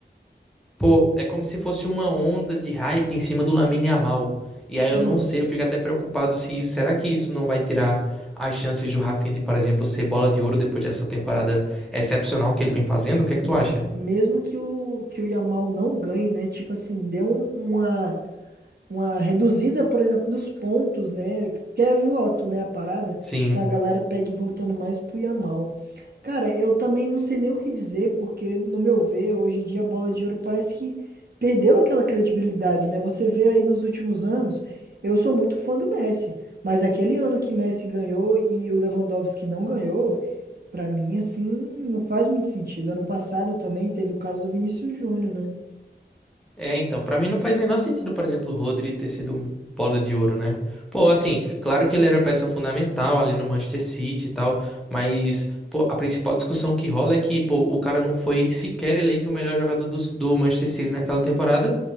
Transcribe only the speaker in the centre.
Pô, é como se fosse uma onda de hype em cima do Lamine Yamal. E aí eu
não sei, eu fico até preocupado se isso, será que isso não vai tirar as chances do Rafinha de, por exemplo, ser bola de ouro depois dessa temporada excepcional que ele vem fazendo? O que é que
tu acha?
Sim.
É, então, pra mim não faz o menor sentido, por exemplo, o Rodri ter sido um bola de ouro, né? Pô, assim, claro que ele era peça fundamental ali no Manchester City e tal, mas pô, a principal discussão que rola é que, pô, o cara não foi sequer eleito o melhor jogador do, do Manchester City naquela temporada,